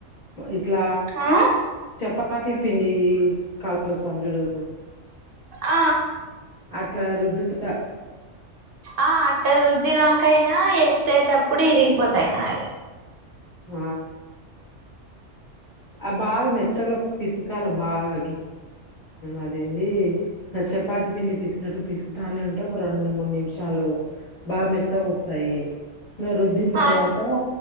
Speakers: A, on the left; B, on the right.
A: ఇట్లా
B: ఆ
A: చెపా పాతి పిండి కలుపు <inaudible> చూడు
B: ఆ
A: అట్లా రుద్దుత
B: ఆ అట్ట రుద్ది నాకైనా ఎత్తేటప్పుడు విరిగిపోతాయినాయి.
A: ఆ ఆ బాగా మెత్తగా పిసుకాల బాగా గి అదేంది ఇ చపాతి పిండి పిసుకనట్టు పిసుకుతానే ఉంటే ఒక రెండు మూడు నిమిషాలు బాగా మెత్తగా వస్తాయి ఇగా రుద్దిన తర్వాత
B: ఆ